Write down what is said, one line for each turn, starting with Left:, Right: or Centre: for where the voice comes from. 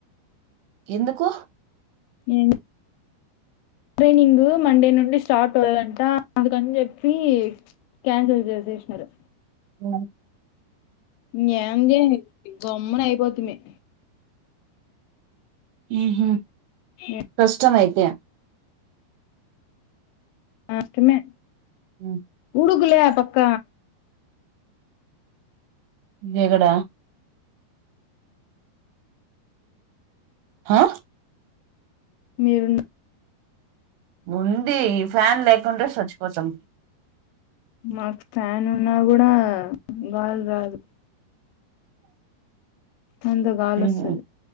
Right: ఎందుకు
Left: మ్ ట్రైనింగు మండే నుండి స్టార్ట్ అవుదంట అందుకని చెప్పి క్యాన్సిల్ చేస చేసినారు
Right: అ
Left: ఇంకేముంది గమ్మున అయిపోతున్నాయి
Right: ఆహ
Left: హ
Right: ఇష్టమతే
Left: అష్టమే
Right: <inaudible>
Left: గూగుల్ యాప్ అక్క
Right: జగడ హా
Left: మీరు
Right: ఉంది ఈ ఫ్యాన్ లేకుంటే చచ్చిపోతాం
Left: మాకు ఫ్యాన్ ఉన్నా కూడా గాలి రాదు ముందు గాలి
Right: ఊహూ
Left: వస్తది